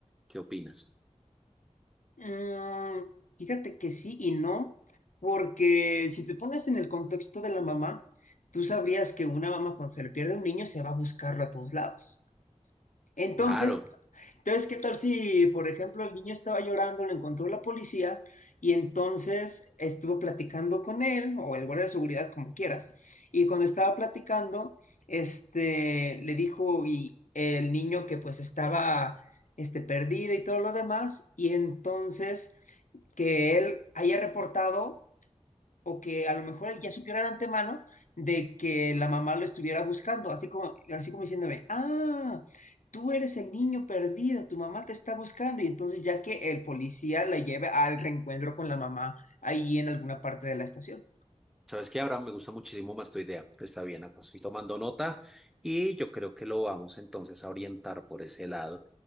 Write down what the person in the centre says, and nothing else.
¿Qué opinas?
Claro.
¿Sabes qué, Abraham? Me gusta muchísimo más tu idea. Está bien, acá estoy tomando nota y yo creo que lo vamos entonces a orientar por ese lado.